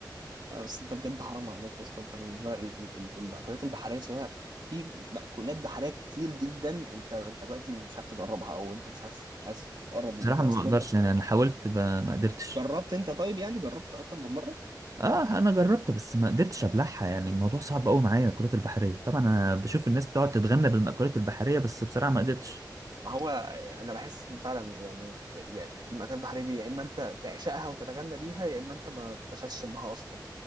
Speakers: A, on the right; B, on the right.
A: آه، بس انت بجد حرام عليك يا اسطى انت بالنسبه لك ال- ال- المأكولات البحريه هي في مأكولات بحريه كتير جدا انت انت دلوقتي مش عارف تجربها او انت مش عارف مش عايز تقرب منها
B: بصراحة ما
A: اصلا
B: بقدرش يعني أنا حاولت ب- ما قدرتش
A: جربت انت طيب يعني جربت اكتر من مره
B: اه انا جربت بس ما قدرتش ابلعها يعني الموضوع صعب قوي معايا المأكولات البحريه طبعا انا بشوف الناس بتقعد تتغنى بالمأكولات البحريه بس بصراحه ما قدرتش
A: ما هو انا بحس ان فعلا يعني يعني المأكولات البحريه دي يا اما انت تعشقها وتتغنى بيها يا اما انت ما تبقاش شمها اصلا